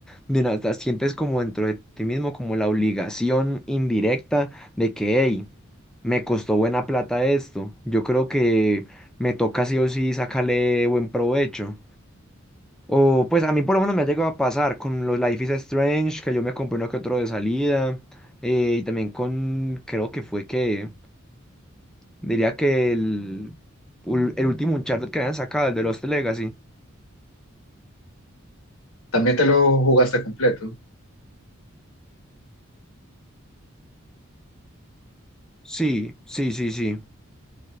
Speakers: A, in the centre; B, on the left.
A: de nada, sientes como dentro de ti mismo como la obligación indirecta de que, hey, me costó buena plata esto. Yo creo que me toca sí o sí sacarle buen provecho. O pues a mí por lo menos me ha llegado a pasar con los Life is Strange, que yo me compré uno que otro de salida. eh, y también con, creo que fue que, diría que el, ul- el último Uncharted que habían sacado, el de Lost Legacy.
B: ¿También te lo jugaste completo?
A: Sí, sí, sí, sí.